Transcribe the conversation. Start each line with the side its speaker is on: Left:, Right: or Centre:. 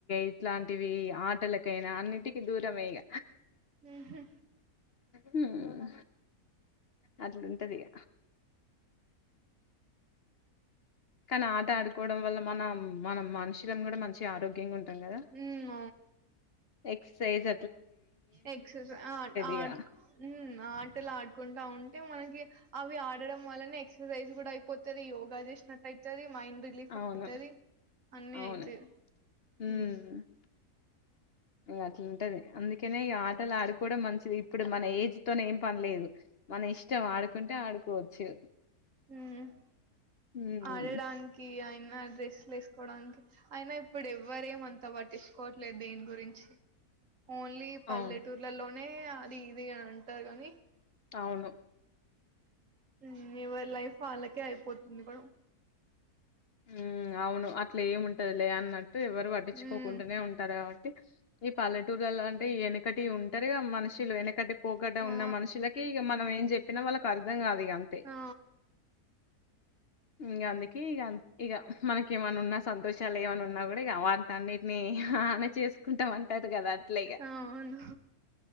Left: ఇట్లాంటివి ఆటల కైన అన్నిటికి దూరమే ఇగ
Right: ఉహు
Left: హ్మ్ అట్ల ఉంటది ఇగ కానీ ఆట ఆడుకోవడం వల్ల మనం మనం మనుషులం కూడా మంచి గ ఆరోగ్యంగా ఉంటాం కదా
Right: హ్మ్
Left: ఎక్స సే జ్
Right: ఎక్ససై ఆ ఆట్
Left: ఇగ
Right: హ్మ్ ఆటలా ఆ కుంటా ఉంటే మనకి అవి ఆడడం వలన ఎక్సర్సైజ్ కూడా అయిపోతది యోగ చేసినట్టు అయితది మైండ్ రిలీఫ్
Left: అవును
Right: అయితది అన్ని
Left: అవును
Right: అయితాయి
Left: ఉమ్
Right: హ్మ్
Left: ఇగ అట్లుంటది అందుకనే ఆటలు ఆడుకోవడం మంచిది ఇప్పుడు మన ఏజ్ తోనే ఏం పనిలేదు మన ఇష్టం ఆడుకుంటే ఆడుకోవచ్చు
Right: ఊమ్
Left: ఉమ్
Right: ఆడడానికి అయిన్ అ డ్రెస్లు వేసుకోవడానికి అయినా ఇప్పుడు ఎవ్వర ఏమ అంతా బట్టిచుకోవట్లేదు దీని గురించి ఓన్లీ పల్లెటూర్లలో
Left: అవును
Right: నే అది ఇది అని అంటారు గానీ
Left: అవును
Right: ఊ ఎవరి లైఫ్ వాళ్ళకే అయిపోతుంది ఇగ
Left: ఊ అవును అట్లా ఏముంటదిలే అన్నట్ ఎవరు వడ్డించుకోకుండానే
Right: మ్మ్
Left: ఉంటారు గాబట్టి ఈ పలెటూరు గలంటే ఎనకటి ఉంటారుగా మనుషులు ఎనకటి పోకట ఉన్న
Right: ఆ
Left: మనుషులకి ఇక మనం ఏం చెప్పినా వాళ్ళకు కర్థం గాద్ ఇ అంతే
Right: ఆ
Left: ఇంగాదికే ఇగ న్ ఇగ మనకి ఏమనా ఉన్నా సంతోషాలు ఏమన్నా ఉన్నా గూడా ఇగ వంటన్నిటిని మే చేకుంటాం అంటారు గదా అట్లే
Right: ఆ అవును